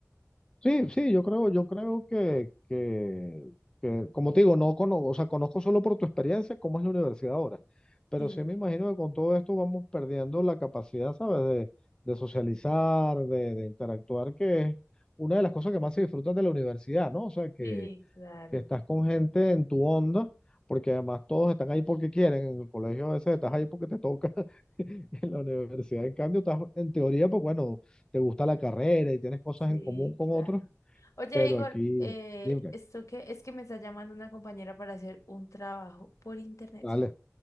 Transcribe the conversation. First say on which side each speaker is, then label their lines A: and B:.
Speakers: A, on the left; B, on the left.
A: Sí, sí, yo creo, yo creo que, que, que, como te digo, no conozco, o sea, conozco solo por tu experiencia cómo es la universidad ahora, pero
B: Sí,
A: sí me imagino que con todo esto vamos perdiendo la capacidad, ¿sabes? De, de socializar, de, de interactuar, que es una de las cosas que más se disfrutan de la universidad, ¿no? O sea, que,
B: sí, claro,
A: que estás con gente en tu onda, porque además todos están ahí porque quieren, en el colegio a veces estás ahí porque te toca, <laughs> en la universidad, en cambio, estás en teoría, pues bueno, te gusta la carrera y tienes cosas
B: sí,
A: en común con
B: claro.
A: otros
B: Oye,
A: pero
B: Igor,
A: aquí,
B: eh,
A: dime,
B: ¿esto qué? Es que me está llamando una compañera para hacer un trabajo por internet.
A: dale,